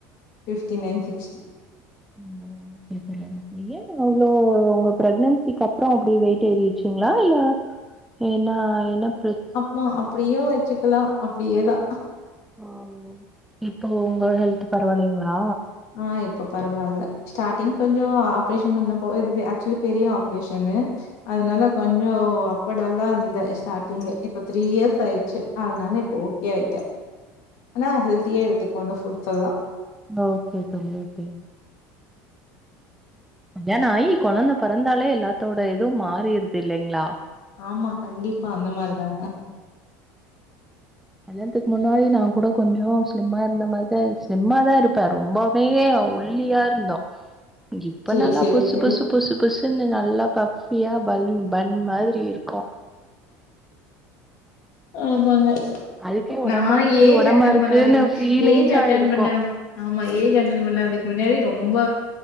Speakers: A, on the left; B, in the centre.
A: ஃபிஃப்டி நைன் சிக்ஸ்டி
B: ம் ஓ இது தெரியாம ஏங்க அவ்ளோ உங்க பிரெக்னன்சிக்கப்றோ அப்டி வெயிட் ஏறிச்சுங்களா இல்ல ஏனா ஏன்ன பிரக்
A: மா அப்டியு வச்சுக்கலா அப்டியே தா
B: ம் இப்போ உங்க ஹெல்த் பரவாயில்லைங்ளா
A: ஆ இப்ப பரவாயில்ல ஸ்டார்டிங் கொஞ்சோ ஆப்ரேஷன் பண்ணப்போ இது பெ ஆக்சுவலி பெரிய ஆப் ரேஷன்னு அதனால கொஞ்சோ அப்ப டல்லாருந்தே ஸ்டார்ட்டிங்கு இப்ப த்ரீ இயர்ஸ் ஆய்ச்சு அதனால இப்போ ஓ கே ஆயிட்டே ஆனா ஹெல்த்தியா எடுத்துக்கனு ஃபுட்ஸ்செல்லா
B: ஓ கே தோழி ஓ கே கல்யாணோ ஆயி கொழந்த பொறந்தாலே எல்லாத்தோட இதும் மாறிருது இல்லைங்களா
A: ஆமா கண்டிப் பா அந்த மாரிதாங்க
B: கல்யாணத்துக்கு முன்னாடி நா கூட கொஞ்சோ ஸ்லிம்மா இருந்த மாரிதா ஸ்லிம்மா தா இருப்பே ரொம்ப நீயே ஒள்ளியாருந்தோ இப்ப
A: செரி
B: நல்லா
A: செரி
B: பொசு
A: செரி
B: பொசு பொசு பொசுன்னு நல்லா பஃபியா பலூன் பண் மாரிருக்கோ
A: ஆமாங்க
B: அதுக்கே ஒடம்பா
A: நா
B: இருக்கு
A: ஏஜ்
B: ஒடம்பா
A: அட்டன்
B: இருக்குன்னு
A: பண்ண வரைக்குமே
B: ஃபீலிங்ஸா
A: ஏஜ் அட்டன்
B: இருக்கு
A: பண்ண ஆமா ஏஜ் அட்டன் பண்ணதுக்கு முன்னாடி ரொம்ப